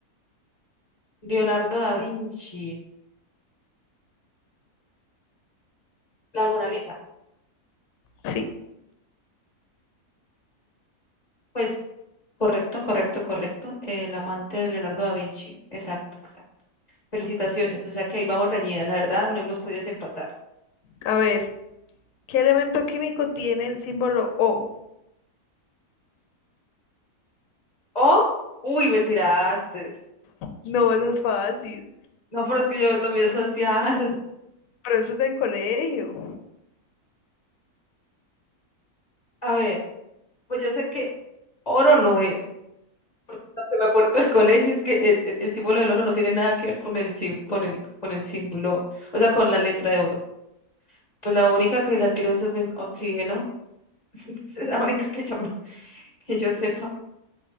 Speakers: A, on the left; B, on the left.
A: Leonardo da Vinci. La Mona Lisa.
B: Sí,
A: Pues correcto, correcto, correcto. El amante de Leonardo da Vinci. Exacto, exacto. Felicitaciones. O sea que ahí vamos reñidas. La verdad, no hemos podido empatar.
B: a ver. ¿Qué elemento químico tiene el símbolo O?
A: O, uy, me tiraste.
B: No, eso es fácil.
A: No, pero es que yo lo mío es social.
B: Pero eso es del colegio.
A: <laughs> A ver, pues yo sé que oro no es. porque lo que me acuerdo del colegio es que el, el- el símbolo del oro no tiene nada que ver con el, sí- con el, con el símbolo, o sea, con la letra de oro. Pues la única que la tiró es oxi- oxígeno, <laughs> es la única que yo, me- que yo sepa.